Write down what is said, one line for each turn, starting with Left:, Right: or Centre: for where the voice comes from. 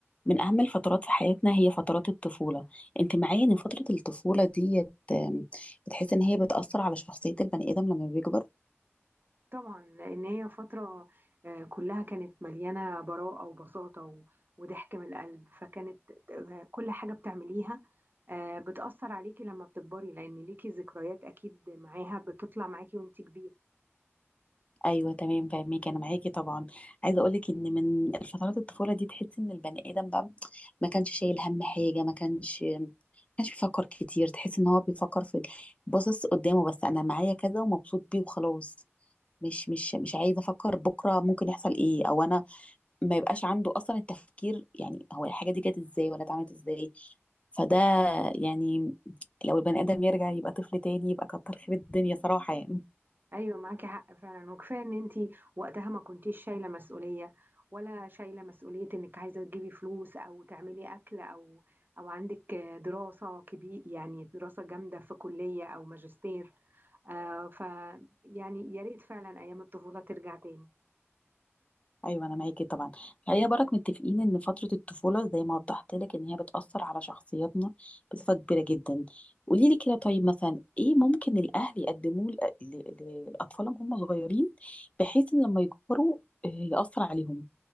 Left: من أهم الفترات في حياتنا هي فترات الطفولة أنت معايا إن فترة الطفولة ديت آم، بتحس إن هي بتأثر على شخصية البني آدم لما بيكبر
Right: طبعا لان هي فتره آه، كلها كانت مليانه براءه وبساطه و- وضحك من القلب فكانت آه، كل حاجه بتعمليها آه، بتاثر عليكي لما بتكبري لان ليكي ذكريات اكيد معاها بتطلع معاكي وانت كبيره
Left: أيوة تمام فاهمك أنا معاكي طبعا عايزة أقولك إن من فترات الطفولة دي تحس إن البني آدم بقى ما كانش شايل هم حاجة ما كانش ما كانش بيفكر كتير تحس إن هو بيفكر في باصص قدامه بس أنا معايا كذا ومبسوط بيه وخلاص مش مش مش عايزة أفكر بكرة ممكن يحصل إيه أو أنا ما يبقاش عنده اصلا التفكير يعني هو الحاجه دي جت ازاي ولا اتعملت ازاي فده يعني لو البني ادم يرجع يبقى طفل تاني يبقى كتر خير الدنيا صراحه يعني
Right: ايوه معاكي حق فعلا وكفايه ان انت وقتها ما كنتيش شايله مسؤوليه ولا شايله مسؤوليه انك عايزه تجيبي فلوس او تعملي اكل او او عندك آه، دراسه كبير يعني دراسه جامده في كليه او ماجستير آه ف يعني يا ريت فعلا ايام الطفوله ترجع تاني
Left: ايوه انا معاكي طبعا خلينا برك متفقين ان فتره الطفوله زي ما وضحت لك ان هي بتاثر على شخصياتنا بصفه كبيره جدا قولي لي كده طيب مثلا ايه ممكن الاهل يقدموه لأ- ل- لاطفالهم هم صغيرين بحيث ان لما يكبروا آه، ياثر عليهم